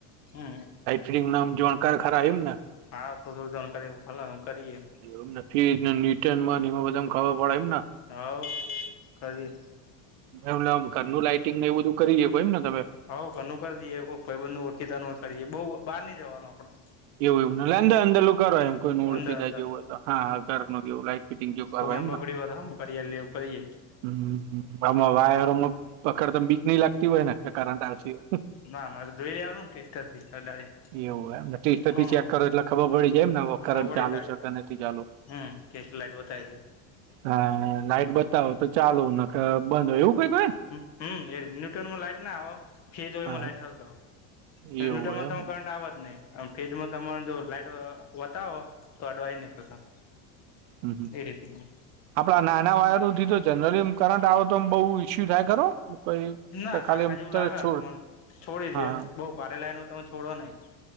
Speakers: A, on the left; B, on the right.
A: હમ
B: ફ્રીમાંમ જોણકાર ખરા ઈમ ને.
A: હા થોડું જાણકારી ફલમ એમ કરીએ.
B: એવું એમને ફ્રિજમાં નેટનમાં ને એમાં બધી ખબર પડે એમને?
A: હવ કરીએ.
B: એમમ ઘરનું લાઈટિંગને એવું બધ કરી હકો એમ ને તમે?
A: હઉ ઘરનું કરી દઈએ, કોક ભાઈબંધનું ઓળખીતાનું કરીએ, બઉ બહાર ની જવાનું આપડ.
B: એવું એવું અંદર અંદરું કર એમ કોઈને ઓળખી
A: અંદર
B: જાય
A: અંદર
B: જેવું હોય હા હા ઘર કેવું લાઈટ ફિટિંગ જેવું કરવા
A: કોકનું બગડી હો તો હમ કરી એટલા એવું કરીએ.
B: હ આમાં વાયરોમાં પકડતા બીક નહી લાગતી હોય ને? કે કરંટ આવે છે એવું?
A: ના ના જોઈ લેવાનું ટેસ્ટરથી અડાડી
B: હમ એવું એમને. ટેસ્ટરથી
A: હમ
B: ચેક કરો એટલે ખબર પડી જાય એમને કરંટ
A: ખબર પડી
B: ચાલુ
A: જાય
B: છે કે નથી ચાલુ?
A: હમ ટેસ્ટર લાઇટ બતાવી દે.
B: હા લાઈટ બતાવો તો ચાલો, નક બંધ એવું કંઈક હોય ને?
A: હ હમ એ ન્યુટન લાઈટ ના આવે છે જે એમાં
B: હા
A: લાઈટ હળગે. એ
B: એવું
A: નૂટમાં
B: હોય
A: ત
B: એમને
A: કરંટ આવજ નહી. ફ્રીજમાં તમાર જો લાઈટ બતાવો તો અડવાઈ નહી પતા.
B: હમ હમ
A: એ રીતનું
B: આપડા નાના વાયરો થી તો જનરલી કરંટ આવે તોમ બહુ ઈસ્યુ થાય ખરો? કોઈ
A: ના
B: કે ખાલી
A: તાડકા
B: એમ
A: જેવું
B: તરત
A: લાગે
B: છોડ
A: તને છોડી
B: હા
A: દે એમ બઉુ ભારે લાઈનું તમે છોડો નહીં.